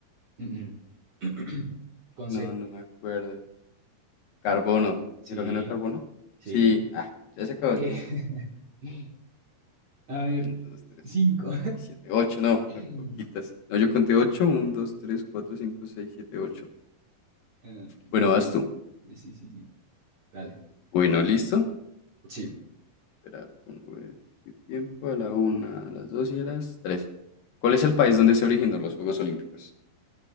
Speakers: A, on the right (about 45°); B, on the left (about 70°).
A: Mm, mm. <clears throat> Con
B: No,
A: C.
B: no me acuerdo. Carbono.
A: Sí.
B: ¿Hidrógeno, carbono?
A: Sí.
B: Sí. Ah, ya se acabó
A: Eh,
B: el tiempo.
A: <laughs> a ver.
B: Un, dos, tres.
A: Cinco.
B: siete ocho no,
A: <laughs>
B: no, poquitas. No, yo conté ocho uno dos tres cuatro cinco seis siete ocho
A: en- no
B: Bueno,
A: sé.
B: vas tú.
A: Sí, sí, sí. sí. Dale.
B: Bueno, listo.
A: Sí,
B: Espera, pongo el tiempo a la una a las 2 y a las tres ¿Cuál es el país donde se originó los Juegos Olímpicos?